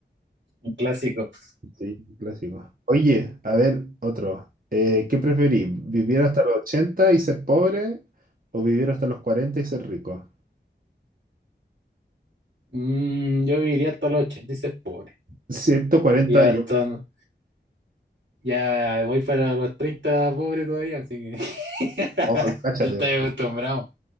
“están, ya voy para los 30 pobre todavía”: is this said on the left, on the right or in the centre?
Right